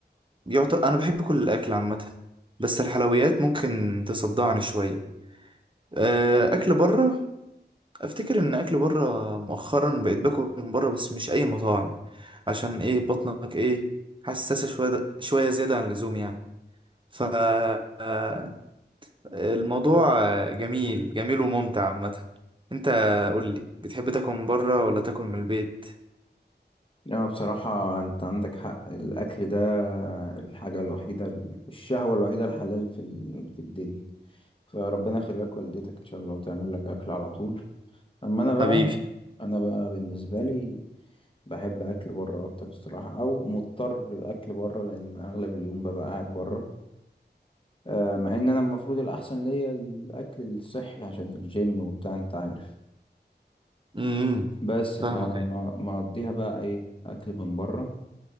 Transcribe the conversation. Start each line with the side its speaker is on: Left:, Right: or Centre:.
Right: يعتبر انا بحب كل الاكل عامه بس الحلويات ممكن تصدعني شويه آه، اكل بره افتكر ان اكل بره مؤخرا بقيت باكل من بره بس مش اي مطاعم عشان ايه بطنك ايه حساسه شويه شويه زياده عن اللزوم يعني ف آه، الموضوع جميل جميل وممتع عامه انت قول لي بتحب تاكل من بره ولا تاكل من البيت
Left: لا بصراحة أنت عندك حق الأكل ده الحاجة الوحيدة الشهوة الوحيدة الحلال في ال- في الدنيا فربنا يخليك والدتك إن شاء الله وتعمل لك أكل على طول أما أنا بقى
Right: حبيبي
Left: أنا بقى بالنسبة لي بحب أكل بره أكتر الصراحة أو مضطر الأكل بره لأن أغلب اليوم ببقى قاعد بره آه، مع ان انا المفروض الاحسن ليا الاكل الصحي عشان الجيم وبتاع انت عارف
Right: امم
Left: بس فما
Right: فاهمك ايوه
Left: ما اقضيها بقى ايه اكل من بره